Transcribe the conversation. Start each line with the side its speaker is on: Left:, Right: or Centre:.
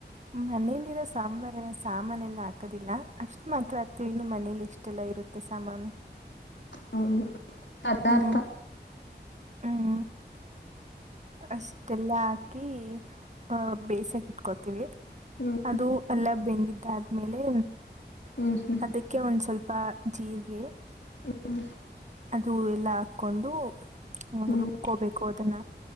Right: ಮನೇಲಿರೋ ಸಾಂಬಾರ ಸಾಮಾನ ಎಲ್ಲ ಹಾಕೋದಿಲ್ಲ ಅಷ್ಟ್ ಮಾತ್ರ ಆತ್ತು ಇನ್ನು ಮನೇಲಿ ಎಷ್ಟೆಲ್ಲಾ ಇರುತ್ತೆ ಸಾಮಾನು.
Left: ಹೌದು ಪದಾರ್ಥ
Right: ಹ್ಮ್ ಹ್ಮ್ ಅಷ್ಟೆಲ್ಲಾ ಹಾಕಿ ಅ ಬೇಯಿಸಕ್ ಇಟ್ಕೋತೀವಿ.
Left: ಹ್ಮ್
Right: ಅದು ಎಲ್ಲ ಬೆಂದಿದ್ ದಾದ್ಮೇಲೆ
Left: ಹ್ಮ್ ಹ್ಮ್
Right: ಅದಕ್ಕೆ ಒಂದ್ ಸ್ವಲ್ಪ ಜೀರ್ಗೆ
Left: ಹ್ಮ
Right: ಅದು ಎಲ್ಲ ಹಾಕ್ಕೊಂಡು ಹ
Left: ಹ್ಮ್
Right: ರುಬ್ಕೋಬೇಕು ಅದನ್ನ.